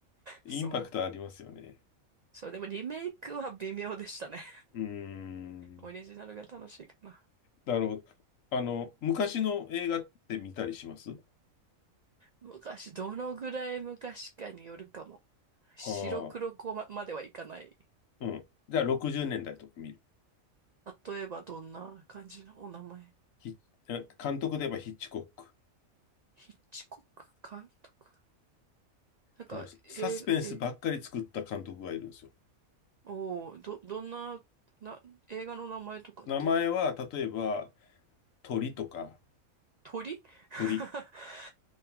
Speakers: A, on the left; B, on the right.
A: インパクトありますよね。
B: そう。そう、でもリメイクは微妙でしたね。
A: うーん。
B: オリジナルが楽しいかな。
A: なるほど。あの、昔の映画って見たりしますあ
B: 昔、どのぐらい昔かによるかも。白黒子ま、
A: あ、
B: まではいかない。
A: うん。じゃあ60年代とか見る。
B: 例えばどんな感じのお名前
A: ヒッ監督で言えばヒッチコック。
B: ヒッチコック監督なんか、
A: あの、
B: 映画、
A: サスペンスばっかり作った監督がいるんですよ。
B: え、おーど、どんな、な、映画の名前とかって、
A: 名前は、例えば、鳥とか、
B: 鳥
A: 鳥、
B: <laughs>